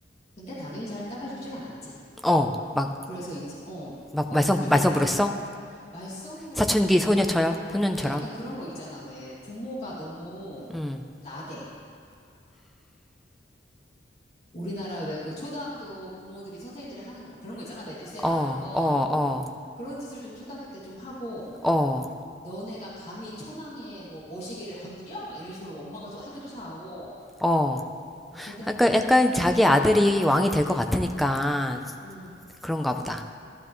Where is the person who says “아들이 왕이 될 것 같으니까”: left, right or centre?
Centre